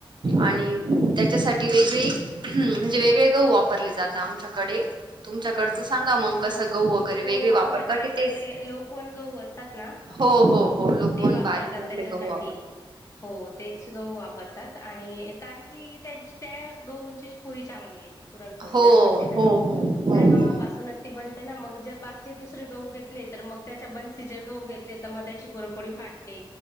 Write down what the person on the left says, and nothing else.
हम्म
हा हा.
हो आमच्याकडे
पण
ते लोकवन गहू असतात ना
ते वापरतात
त्याच्यासाठी.
हो तेच गहू वापरतात आणि कारण की त्या गहूंची पुरी चांगली येते पुरणपोळी
जर म्हटली तर
<unintelligible> बनते ना मग जर बाकीचे दुसरे गहू घेतले तर मग त्याच्या बनसी जर गहू घेतले. तर मग त्याची पुरणपोळी फाटते.